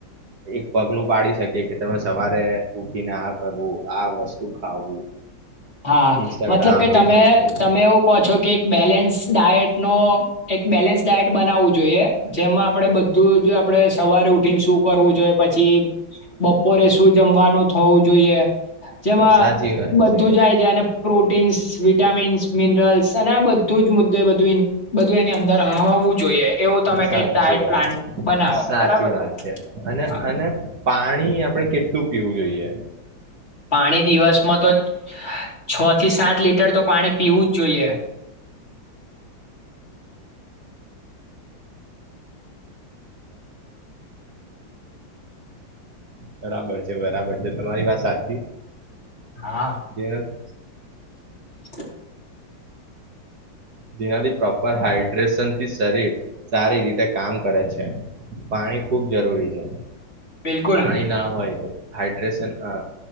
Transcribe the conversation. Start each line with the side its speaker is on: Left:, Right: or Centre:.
Right: એક પગલું પાડી શકીએ કે તમે સવારે ઉઠીને આ કરવું. આ વસ્તુ ખાવું.
Left: હા,
Right: ઇન્સ્ટાગ્રામ
Left: મતલબ કે
Right: ફેસબુક
Left: તમે
Right: થઈ ગયું
Left: તમે એવું કહો છો કે એક બેલેન્સ ડાયટ નો એક બેલેન્સ ડાયટ બનાવું જોઈએ. જોઈએ જેમાં આપડે બધું આપણે સવારે ઉઠીને શું કરવું જોઈએ, પછી બપોરે શું જમવાનું થવું જોઈએ. જેમાં
Right: સાચી વાત છે.
Left: બધું જાય જાયને પ્રોટીન્સ વિટામિન્સ મિનરલ્સ અને આ બધું જ મુદ્દે બધું બધું એની અંદર હોવું જોઈએ, એવું. તમે
Right: સાચી
Left: કંઈક ડાયટ
Right: વાત
Left: પ્લાન
Right: છે,
Left: બનાવો
Right: સાચી
Left: બરાબર.
Right: વાત છે અને
Left: હા,
Right: અને પાણી આપણેે કેટલું પીવું જોઈએ?
Left: પાણી દિવસ મ તો, છ થી સાત લીટર તો પાણી પીવું જ જોઈએ.
Right: બરાબર છે બરાબર છે તમારી વાત સાચી,
Left: હા.
Right: જેનાથી
Left: <unintelligible>
Right: જેનાથી પ્રોપર હાઈડ્રેશનથી શરીર, સારી રીતે કામ કરે છે, પાણી ખૂબ જરૂરી છે.
Left: બિલકુલ.
Right: પાણી ના હોય તો હાઈડ્રેશન હ